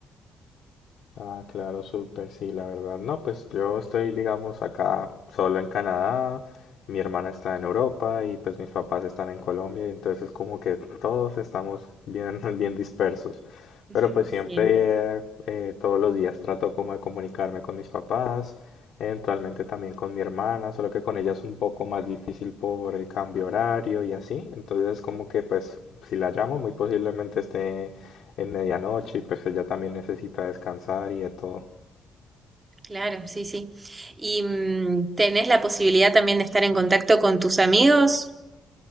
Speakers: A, on the left; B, on the right.
A: Ah, claro, súper, sí, la verdad. No, pues yo estoy, digamos, acá solo en Canadá, mi hermana está en Europa y pues mis papás están en Colombia, y entonces como que todos estamos bien, <laughs> bien dispersos.
B: <laughs>
A: Pero pues siempre,
B: Sí.
A: eh, eh, todos los días trato como de comunicarme con mis papás, eventualmente también con mi hermana, solo que con ella es un poco más difícil por el cambio horario y así. Entonces como que pues si la llamo muy posiblemente esté en medianoche y pues ella también necesita descansar y de todo.
B: Claro, sí, sí. ¿Y mm, tenés la posibilidad también de estar en contacto con tus amigos?